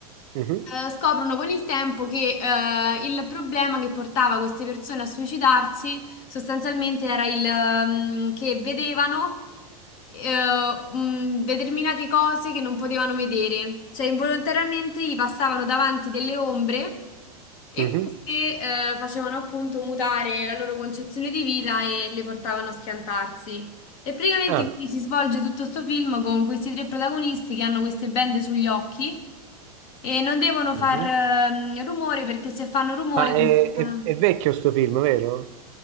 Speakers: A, on the right; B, on the left.
A: Mhm,
B: eh, scoprono con il tempo che eh, il problema che portava queste persone a suicidarsi sostanzialmente era il ehm, che vedevano eh, mh, determinate cose che non potevano vedere, cioè involontariamente gli passavano davanti delle ombre e
A: mhm.
B: queste eh, facevano appunto mutare la loro concezione di vita e le portavano a schiantarsi. E praticamente
A: Ah,
B: quindi si svolge tutto questo film con questi tre protagonisti che hanno queste bende sugli occhi e non devono
A: mhm.
B: far ehm, rumore perché se fanno rumore
A: Ah, è,
B: questa-
A: è- è vecchio sto film, vero?